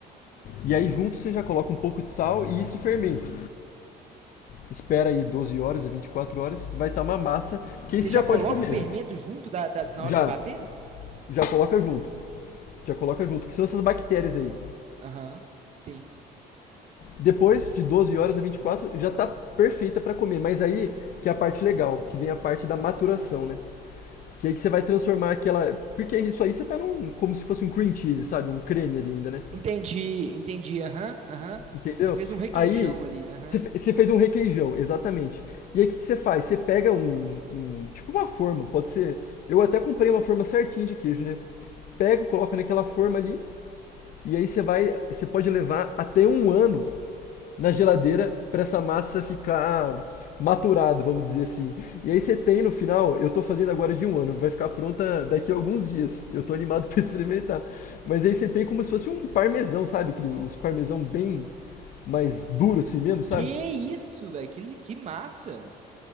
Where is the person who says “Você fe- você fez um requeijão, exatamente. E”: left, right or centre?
Left